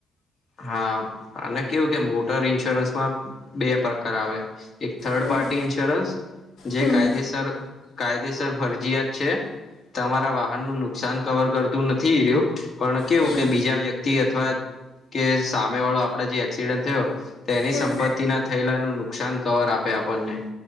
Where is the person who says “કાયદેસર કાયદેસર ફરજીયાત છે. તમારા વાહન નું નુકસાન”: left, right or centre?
Left